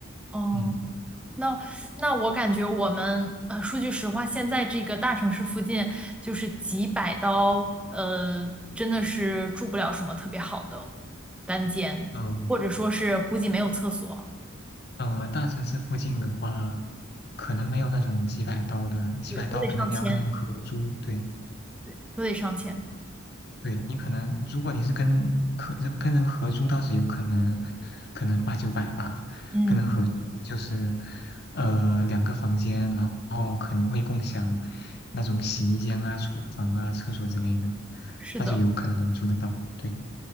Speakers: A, in the centre; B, on the left (about 50°).
A: 嗯。
B: 嗯
A: 那那我感觉我们呃，说句实话，现在这个大城市附近就是几百刀，呃，真的是住不了什么特别好的单间，
B: 嗯
A: 或者说是估计没有厕所，
B: 嗯，呃大城市附近的话，可能没有那种几百刀的，几百刀可能你要跟人合租，
A: 对，都得上千，
B: 对。
A: 对，都得上千。
B: 对你可能，如果你是跟合跟人合租，倒是有可能，可能八九百吧。
A: 嗯，
B: 跟人合租就是，呃，两个房间，然后可能会共享那种洗衣间啊、厨房啊、厕所之类的，
A: 是的，
B: 那就有可能能租得到。对，